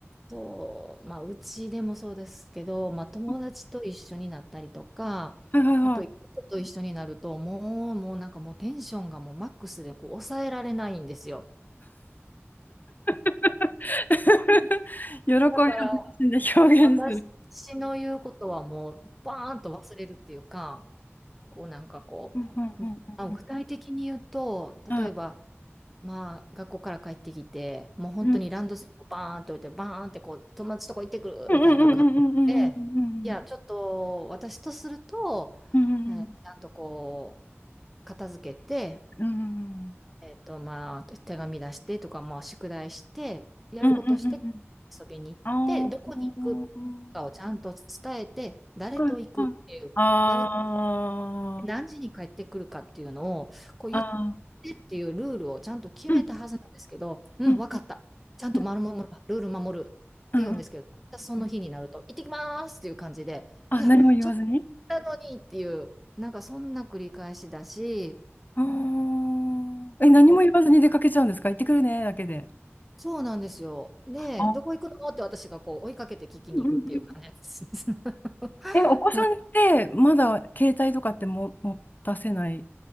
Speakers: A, in the centre; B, on the left (about 40°).
A: そう、まあ、うちでもそうですけど、まあ、友達と一緒になったりとか、
B: うんはいはいはい。
A: あと、いと一緒になると、もう、もうなんかもうテンションがもうマックスでこう抑えられないんですよ。
B: <laughs> 喜びを全身で表現する。
A: だから、私の言うことはもう、バーンと忘れるっていうか、こうなんかこう、
B: うんうんうんうん
A: あ、具体的に言うと、
B: うんはい
A: 例えば、まあ、学校から帰ってきて、もう本当にランドセルをバーンって置いて、
B: うんうん
A: バーンってこう、友達とこ行ってくるみたいな感じで、
B: うんうんうんうん
A: いや、ちょっと私とすると、
B: うんうんうん
A: えーちゃんとこう、片付けて、
B: うん
A: えっと、まあ、手紙出してとか、まあ、宿題して、やることして
B: うんうんうんうん
A: 遊びに行って、
B: うんうんうんあー
A: どこに行くかをちゃんと伝えて、誰と行くっていう、
B: はいはいあー
A: 誰何時に帰ってくるかっていうのを、こう言って
B: あー
A: っていうルールをちゃんと決めたはずなんですけど、
B: うん
A: うん、
B: うんうん
A: わかった。ちゃんと丸守る、
B: うん
A: ルール守るって言うんですけど、
B: うん
A: その日になると、
B: うん
A: 行ってきますっていう感じで、
B: あ何も言わずに
A: いや、ちょっとだのにっていう、なんかそんな繰り返しだし、
B: あーえ何も言わずに出かけちゃうんですか行ってくるねだけで
A: なんかこう、そうなんですよ。で、
B: あ
A: どこ行くのって私がこう追いかけて聞きに行くっていう感じです。
B: うんうんうん
A: <laughs>
B: えお子さんってまだ携帯とかっても持たせない
A: もう